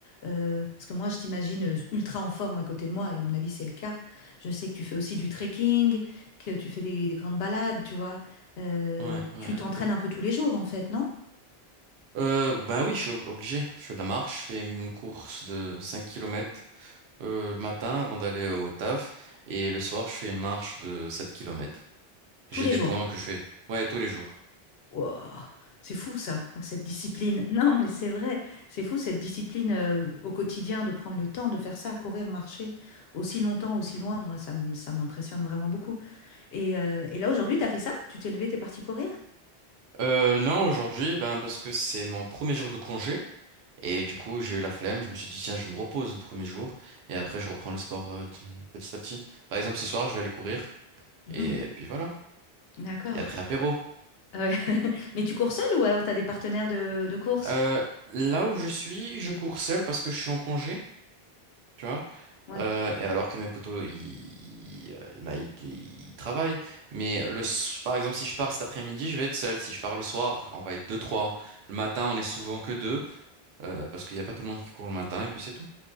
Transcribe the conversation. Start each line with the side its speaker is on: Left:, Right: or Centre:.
Left: euh, parce que moi, je t'imagine euh, ultra en forme à côté de moi. Et à mon avis, c'est le cas. Je sais que tu fais aussi du trekking, que tu fais des, des grandes balades, tu vois. Euh,
Right: Ouais, ouais,
Left: tu
Right: un
Left: t'entraînes
Right: peu.
Left: un peu tous les jours, en fait, non?
Right: Euh, ben oui, je suis ob- obligé. Je fais de la marche, je fais une course de 5 kilomètres euh, le matin avant d'aller au taf. Et le soir, je fais une marche de 7 kilomètres.
Left: Tous
Right: J'ai
Left: les
Right: des
Left: jours.
Right: points que je fais. Ouais, tous les jours.
Left: Wouah, c'est fou ça, ouais, cette discipline. <laughs> Non, mais c'est vrai, c'est fou cette discipline euh, au quotidien de prendre le temps de faire ça, courir, marcher aussi longtemps, aussi loin. Moi, ça m- ça m'impressionne vraiment beaucoup. Et, euh, et là, aujourd'hui, tu as fait ça? Tu t'es levé, t'es parti courir?
Right: Euh, non, aujourd'hui, ben parce que c'est mon premier jour de congé. Et du coup, j'ai eu la flemme. Je me suis dit, tiens, je me repose le premier jour. Et après, je reprends le sport euh, d- petit à petit. Par exemple, ce soir, je vais aller courir.
Left: Mhm,
Right: Et puis voilà.
Left: d'accord.
Right: Et après, apéro.
Left: Euh, <laughs> mais tu cours seul ou alors tu as des partenaires de, de course?
Right: Euh, là où je suis, je cours seul parce que je suis en congé. tu vois.
Left: Ouais,
Right: Euh, et alors que mes potos, ils, ils, euh, ben, ils- ils travaillent. Mais le, s- par exemple, si je pars cet après-midi, je vais être seul. Si je pars le soir, on va être deux, trois. Le matin, on est souvent que deux, euh, parce qu'il n'y a pas tout le monde qui court le matin, et puis c'est tout.